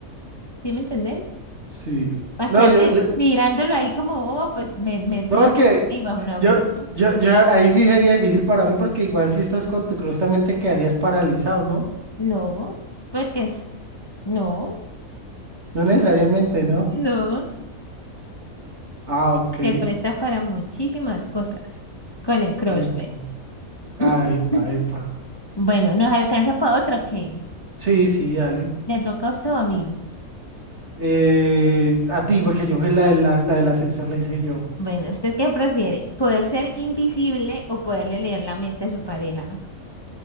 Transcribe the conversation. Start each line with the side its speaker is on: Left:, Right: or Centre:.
Left: ¿sí me entendés?
Right: sí.
Left: Para
Right: No,
Left: quedarme
Right: yo, yo,
Left: mirándolo ahí como bobo, pues me meto
Right: no, porque
Left: ahí y bajo una foto.
Right: yo, yo, yo, ahí sí sería difícil para mí, porque igual si estás con tu crush también te quedarías paralizado, ¿no?
Left: No, porque es, no,
Right: No necesariamente, ¿no?
Left: no,
Right: Ah, ok.
Left: se presta para muchísimas cosas con el crush,
Right: Epa.
Left: pues.
Right: Ah,
Left: <laughs>
Right: epa,
Left: <clears throat>
Right: epa.
Left: Bueno, ¿nos alcanza para otra o qué?
Right: Sí, sí, dale.
Left: ¿Le toca a usted o a mí?
Right: Eh, a ti, porque yo fui la, de la, la del ascensor, la hice yo.
Left: Bueno, ¿usted qué prefiere? ¿Poder ser invisible o poderle leer la mente a su pareja?